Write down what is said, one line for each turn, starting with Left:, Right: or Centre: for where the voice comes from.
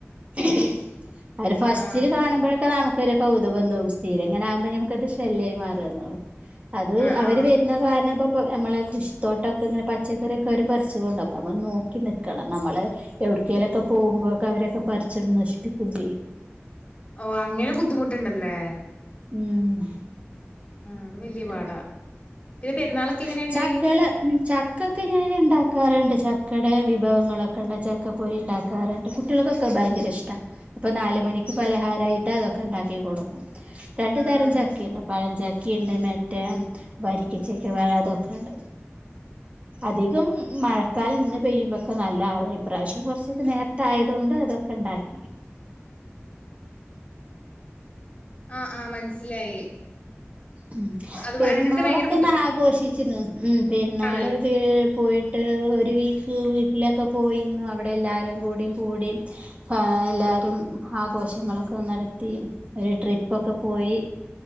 Right: <inaudible> അവര് ഫസ്റ്റില്
Left: ആ,
Right: കാണുമ്പൊളൊക്കെ നമു ക്കൊരു കൗതുകംതോന്നും സ്ഥിരിങ്ങനെ ആകുമ്പ ഞമ്മക്കത് ശല്യായി മാറാന്നൊള്ളു. അത്
Left: ആ,
Right: അവര്
Left: ആ.
Right: വ ര്ണ കാരണം പ്പ പ്പ ഞമ്മളെ കൃഷിത്തോട്ടക്കങ്ങനെ പച്ചക്കറിയൊക്കെ അവര് പ ർച്ചൊണ്ടോവും അപ്പോ നമ്മള് നോക്കി നിൽക്കണം നമ്മള് എവ്ട്‌ക്കേലൊക്കെ പോകുമ്പോക്കെ അവരൊക്കെ പറിച്ചാണ്ട് നശിപ്പിക്കുകയും ചെയ്യും.
Left: ഓഹ് അങ്ങനെ ബുദ്ധിമുട്ട്ണ്ടല്ലേ
Right: ഹ്മ്മ് അങ്ങനണ്ട്
Left: അത് വലിയ പാടാ. പിന്നെ
Right: ഹ്മ്മ്
Left: പെരുന്നാളൊക്കെ എങ്ങനെയുണ്ടായി?
Right: ചക്കല് ഹ്മ്മ് ചക്കക്കെ ഞാന് ഇണ്ടാക്കാറ്ണ്ട് ചക്കടെ വിഭവങ്ങളൊ ളക്കെ ചക്കപ്പൊരി ഇണ്ടാക്കാറ്ണ്ട് കുട്ടികൾക്കൊക്കെ ഭയങ്കര ഇഷ്ട്ടാ അപ്പൊ നാല് മണിക്ക് പലഹാരായി ട്ട്യേക്കൊക്കെ ണ്ടാക്കി കൊടുക്കും രണ്ടു
Left: ആഹ്
Right: തരം ചക്കിണ്ട് പഴചക്കിണ്ട് മറ്റേ വരിക്കച്ചക്കെ <unintelligible> വെക്കേണ്ട്.
Left: <inaudible>
Right: അധികം മഴക്കാലം ഇന്ന് പെയ്യുമ്പോക്കെ നല്ല ആവല് ഇപ്രാവശ്യം കുറച്ചൊക്കെ നേരത്തെ ആയതോണ്ട് അതൊ ക്കെണ്ടാക്കി.
Left: ആഹ് ആഹ് മനസ്സിലായി.
Right: ഹ്മ്മ്
Left: അത്
Right: പെരുന്നാളൊക്കൊന്ന്
Left: ഭ- അങ്ങനത്തെ ഭയങ്കര
Right: ആഘോഷിച്ചിരുന്നു ഹ്മ്മ് പെരുന്നാളത്
Left: ബുദ്ധിമുട്ടാണല്ലേ
Right: പോയി ട്ട് ഒര് വീക്ക് വീട്ടിലൊക്കെ പോയിരുന്നു അവിടെ ഇവിടെല്ലാരും കൂടി കൂടി ഏഹ് എല്ലാരും ആഘോഷങ്ങളൊക്കെ നടത്തി. ഒര് ട്രിപ്പൊക്കെ പോയി